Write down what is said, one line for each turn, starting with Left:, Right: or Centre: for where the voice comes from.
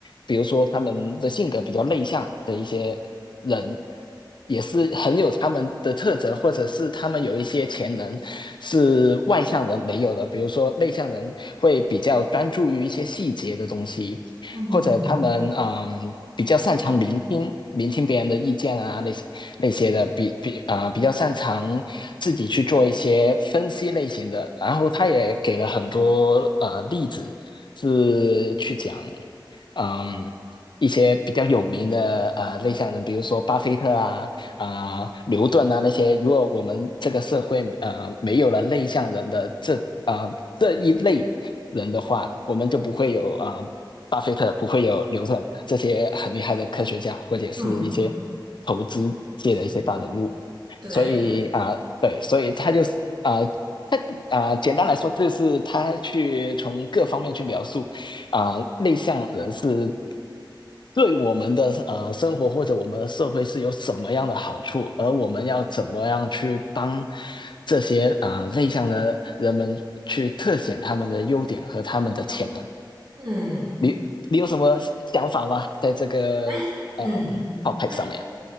Left: 比如说他们的性格比较内向的一些人，也是很有他们的特质，或者是他们有一些潜能是外向人没有的，比如说内向人会比较专注于一些细节的东西，
Right: 嗯
Left: 或者他们嗯。比较擅长聆听，聆听别人的意见啊，那些。那些的比比啊、比较擅长自己去做一些分析类型的，然后他也给了很多呃例子，是去讲嗯一些比较有名的呃内向人，比如说巴菲特啊啊、牛顿啊那些。如果我们这个社会呃没有了内向人的这啊、这一类人的话，我们就不会有啊、巴菲特不会有牛顿这些很厉害的科学家，或者是一些投资界的一些大人物。
Right: 嗯，嗯，对，
Left: 所以啊、对，所以他就是啊、他啊、简单来说就是他去从各方面去描述啊、内向人是对我们的呃生活或者我们的社会是有什么样的好处，而我们要怎么样去帮这些啊、内向的人们去特显他们的优点和他们的潜能。
Right: 嗯，
Left: 你你有什么想法吗？在这个呃
Right: 哎，嗯，
Left: topic
Right: 哎，
Left: 上面，